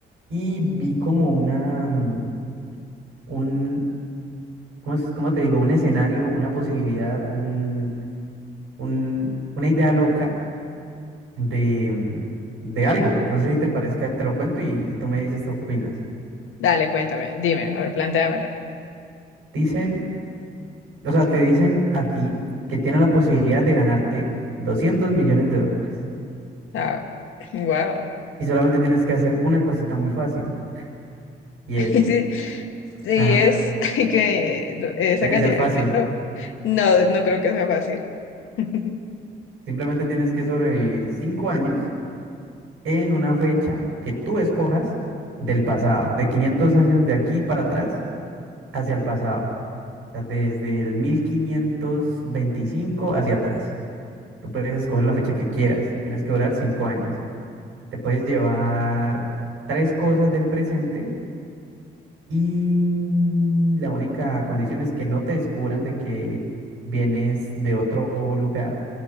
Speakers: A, on the right; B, on the left.
A: y vi como una, mm, un, ¿cómo es- cómo te digo? Un escenario, una posibilidad, un, un- una idea loca de, mm, de algo. No sé si te parezca, te lo cuento y, y tú me dices tú qué opinas.
B: Dale, cuéntame, dime, a ver, plantéamelo.
A: Dicen O sea, te dicen a ti que tienes la posibilidad de ganarte 200 millones de dólares.
B: Ah, wow.
A: Y solamente tienes que hacer una cosita muy fácil.
B: <laughs>
A: Y es,
B: Sí, sí,
A: ajá,
B: es <laughs> que esa
A: debe
B: cantidad
A: ser fácil,
B: de
A: ¿no?
B: dinero, no, no creo que sea fácil. <laughs>
A: Simplemente tienes que sobrevivir 5 años en una fecha que tú escojas del pasado, de 500 años de aquí para atrás hacia el pasado. O sea, desde el 1525 hacia atrás. Tú puedes escoger la fecha que quieras. Tienes que durar 5 años. Te puedes llevar tres cosas del presente Y la única condición es que no te descubran de que vienes de otro lugar,